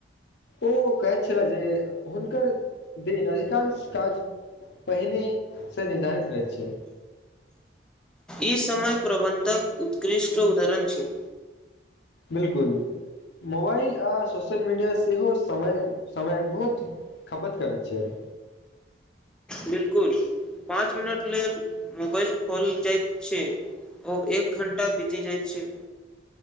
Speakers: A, on the left (about 75°); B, in the centre.
A: ओ कहैत छलह जे हुनकर दिन अधिकांश काज पहिनेसँ निर्धारित रहैत छै।
B: ई समय प्रबन्धक उत्कृष्ट उदाहरण छैय।
A: बिलकुल मोबाइल आ सोशल -मीडिया सेहो समय समय बहुत खपत करैत छैय।
B: बिल्कुल पाँच मिनट लेल मोबाइल खोल जाइत छै, ओ एक घण्टा बीति जाइत छै।